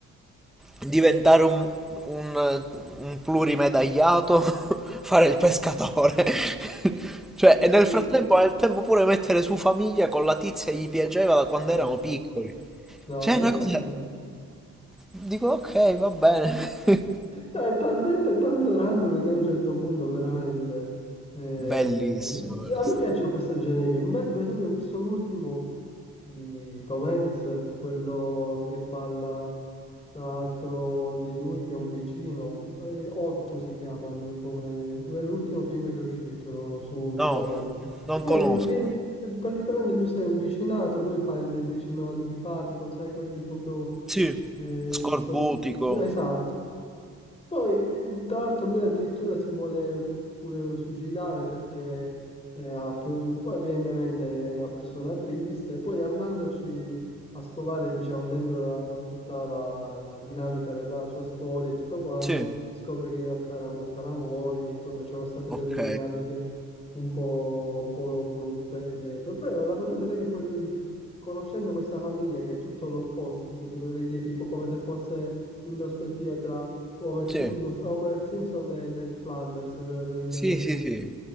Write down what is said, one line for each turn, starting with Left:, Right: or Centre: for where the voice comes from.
Centre: diventare un, un, un plurimedagliato, <laughs> fare il pescatore. <laughs> Cioè,
Left: Cioè, peggio
Centre: e nel frattempo
Left: di così.
Centre: ha il tempo pure mettere su famiglia con la tizia che gli piaceva da quando
Left: Madonna.
Centre: erano piccoli.
Left: No,
Centre: Cioè, è una
Left: è stupendo.
Centre: cosa... Dico, ok, va bene. <laughs>
Left: No, è talmente tanto random che a un certo punto veramente... eh,
Centre: Bellissimo, vero?
Left: a
Centre: sta-
Left: me piace questo genere di film. Infatti, per esempio, ho visto l'ultimo di Tom Hanks, quello che parla tra l'altro di lui che è un vicino. eh, Otto si chiama lui come... è l'ultimo film che è uscito su, su
Centre: No,
Left: Amazon.
Centre: non
Left: È
Centre: conosco.
Left: un film... Praticamente lui sei un vicinato, lui fa il vicino antipatico, sai, quelli proprio
Centre: Sì.
Left: eh,
Centre: Scorbutico.
Left: so- so- esatto. Poi, eh, tra l'altro, lui addirittura si vuole pure suicidare perché eh, ha pro- poi evidentemente è una persona triste. Poi andandoci a scovare, diciamo, dentro la- tutta la, la dinamica della sua storia e tutto quanto,
Centre: Sì.
Left: scopre che in realtà era morta la moglie, insomma, c'erano state
Centre: Ok.
Left: delle dinamiche un po', un po' brutte dietro. Però la cosa bella è che poi lui conoscendo questa famiglia che è tutto l'opposto, tipo ti potrei dire tipo come se fosse in prospettiva tra Homer
Centre: Sì.
Left: Simpson, Homer Simpson e Ned Flanders, per per intenderci.
Centre: Sì, sì, sì.